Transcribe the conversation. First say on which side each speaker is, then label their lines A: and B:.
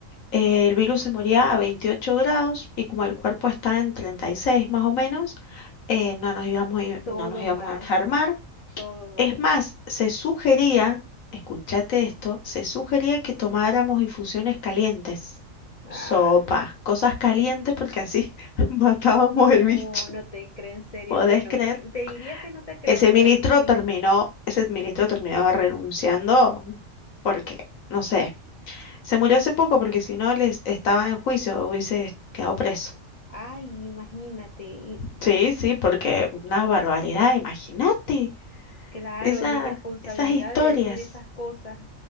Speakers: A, on the left (about 85°); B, on the left (about 50°).
A: eh, el virus se moría a 28 grados y como el cuerpo está en 36 más o menos, eh, no nos íbamos, a ir-
B: Todo
A: no nos íbamos
B: mal,
A: a enfermar
B: todo mal.
A: Es más, se sugería, escúchate esto, se sugería que tomáramos infusiones calientes,
B: Ah,
A: sopa, cosas calientes porque así <laughs> matábamos
B: no,
A: el bicho.
B: no te creo en serio.
A: ¿Podés
B: Bueno,
A: creer?
B: te diría que no te creo,
A: Ese
B: pero
A: ministro
B: sí.
A: terminó, ese ministro terminó renunciando porque, no sé, se murió hace poco porque si no les estaba en juicio, hubiese quedado preso.
B: Ay, imagínate. y-
A: Sí,
B: ah,
A: sí, porque una barbaridad, imagínate
B: Claro,
A: esa,
B: la irresponsabilidad
A: esas historias.
B: de decir esas cosas.